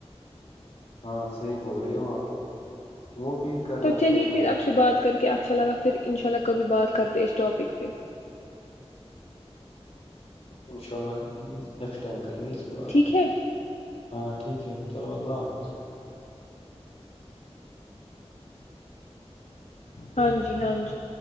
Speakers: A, on the left (about 70°); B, on the left (about 85°).
A: ہاں صحی بول رہے ہو آپ وہ بھی کرنا
B: تو چلیے
A: چاہیے ہم
B: پھر
A: کو
B: آپ سے بات کر کے اچھا لگاھر ان شاء اللہ کبھی بات کرتے اس ٹاپک پہ
A: ان شاء اللہ نیکسٹ ٹائم کریں گے اس پہ بعد
B: ٹھیک ہے
A: ہاں ٹھیک ہے چلو اللہ حافظ
B: ہاں جی ہاں جی